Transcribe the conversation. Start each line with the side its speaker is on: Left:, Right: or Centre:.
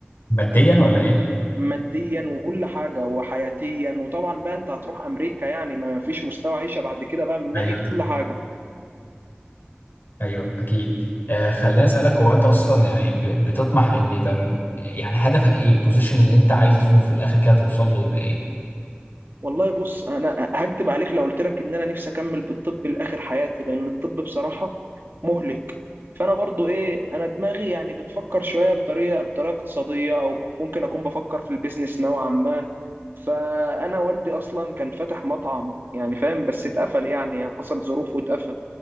Left: ماديا ولا ايه
Right: ماديا وكل حاجه وحياتيا وطبعا بقى انت هتروح امريكا يعني ما فيش مستوى عيشه بعد كده بقى من ناحيه
Left: ايوه
Right: كل حاجه
Left: ايوه اكيد آه خليني اسالك هو انت اصلا يعني ب- بتطمح ان يبقى م- يعني هدفك ايه البوزيشن اللي انت عايزه في الاخر كده توصل له يبقى ايه
Right: والله بص انا هكدب عليك لو قلت لك ان انا نفسي اكمل بالطب لاخر حياتي لان الطب بصراحه مهلك فانا برضو ايه انا دماغي يعني بتفكر شويه بطريقه بطريقه اقتصاديه او ممكن اكون بفكر في البيزنس نوعا ما فانا والدي اصلا كان فاتح مطعم يعني فاهم بس اتقفل يعني حصل ظروف واتقفل